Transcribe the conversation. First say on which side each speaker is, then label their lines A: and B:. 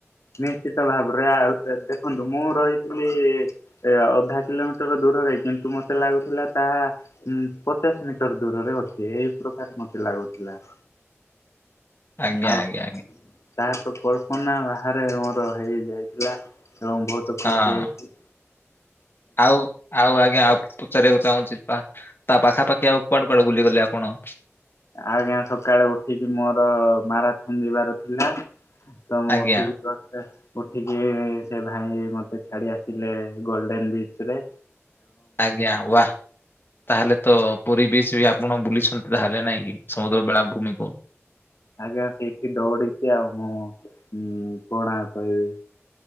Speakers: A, on the left; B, on the left.
A: ନିଶ୍ଚିତ ଭାବରେ ଆଉ ଦେଖନ୍ତୁ ମୁଁ ରହିଥିଲି ଏ ଅଧା କିଲୋମିଟର ଦୂରରେ କିନ୍ତୁ ମତେ ଲାଗୁଥିଲା ତାହା ହୁଁ ପଚାଶ୍ ମିଟର୍ ଦୂରରେ ଅଛି ଏଇ ପ୍ରକାର ମତେ ଲାଗୁଥିଲା।
B: ଆଜ୍ଞା
A: ଆଉ
B: ଆଜ୍ଞା
A: ତାହା
B: ଆଜ୍ଞା
A: ତ କଳପନା ବା। ବାହାରେ ମୋର ହେଇଯାଇଥିଲା ଏବଂ ବହୁତ ଖୁସି
B: ହଁ।
A: ହେଇଚି।
B: ଆଉ? ଆଉ ଆଜ୍ଞା ଆଉ ପ-ପ-ପଚାରିବାକୁ ଚାହୁଁଚି ତା ପାଖାପାଖି ଆଉ କୁଆଡୁ କୁଆଡୁ ବୁଲିଗଲେ ଆପଣ?
A: ଆଜ୍ଞା ସକାଳେ ଉଠିକି ମୋର ମାରା ଥନ୍ଦିବାର ଥିଲା। ତ ମୁଁ
B: ଆଜ୍ଞା
A: ଉଠିକି <unintelligible> ଉଠିକି ସେ ଭାଇ ମୋତେ ଛାଡ଼ି ଆସିଲେ ଗୋଲ୍ଡେନ୍ ବିଚ୍ରେ।
B: ଆଜ୍ଞା ୱା। ତାହେଲେ ତ ପୁରୀ ବିଚ୍ ବି ଆପଣ ବୁଲିଛନ୍ତି ତାହେଲେ ନାଇଁ କି? ସମୁଦ୍ର ବେଳା ଭୂମି ପ
A: ଆଜ୍ଞା ସେଇଠି ଦୌଡିଚି ଆଉ ମୁଁ କଣ କହିବି।